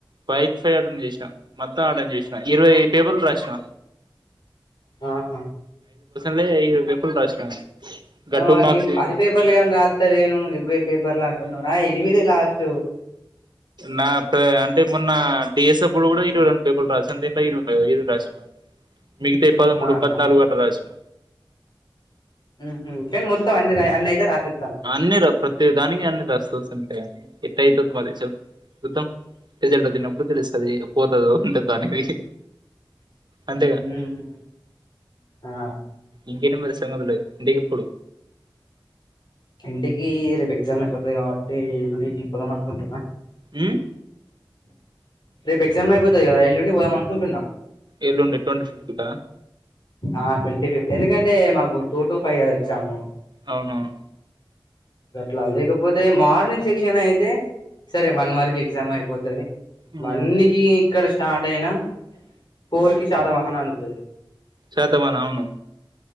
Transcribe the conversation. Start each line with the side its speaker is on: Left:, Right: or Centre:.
Right: బైక్ ఫై ఆడన్ చేసినాం మొత్తం ఆర్ట చేసినా ఇరవై ఏడు పేపర్లు రాసినా
Left: ఆహా
Right: టే ఇర్రవై పేపర్లు రాసిన గా
Left: ఏ
Right: టూ మార్క్స్
Left: నేను
Right: వి
Left: పది పేపర్లు కాని రాస్తారేనూ ఇరవై పేపర్లు అంటుంనావు రా ఎనిమిది లాస్ట్
Right: నా ఇ అంటే మొన్న డిఎస్స అప్పుడు కూడా ఇరై రండు పేపులు రాస దీంలో ఇరు ఇర రాసా మిగితాయీ పదమూడు
Left: ఆహా
Right: పద్నాలుగు అట్లా రాసిన
Left: ఉహు కానీ మొత్తం ఆ అన్నయితే రాసి
Right: అన్ని ర ప్రతి దానికి అన్ని రెస్తుస్ ఉంటాయి కానీ ఎట్ అవుతుంది మది చ చూద్దాం రిజల్ట్ వచ్చినప్పుడు తెలుస్తుంది పోతుది ఉంటుది అనేది అంతేగా
Left: ఉహు ఆ
Right: ఇంకే మరి సంగతులు ఇంటికి ఎప్పుడు
Left: ఇంటికి రేపు ఎగ్జామ్ అయిపోతుంది కాబట్టి ఎల్లుండి పోదాం అనుకుంటున్నా
Right: ఉమ్
Left: రేపు ఎగ్జమ్ అయిపోతంది కదా వెల్లుండి పోదం అనుకుంటున్నా
Right: ఏలుండే ట్వంటీ ఫిఫ్త్ట
Left: ఆ ట్వంటీ ఫిఫ్త్ ఎందుకంటే మాకు టూ టు ఫైవ్ ఎగ్జామ్
Right: అవునవును
Left: ఆట్లా లేకపోతే మార్నింగ్ సెక్షన్ అయితే సరే వన్ వర్ క ఎగ్జామ్ అయిపోతుది
Right: ఉమ్
Left: వన్ క ఇక్కడ స్టార్ట్ అయినా ఫోర్ కి శదావాహన అందుతుది
Right: శాతమాన్ అవును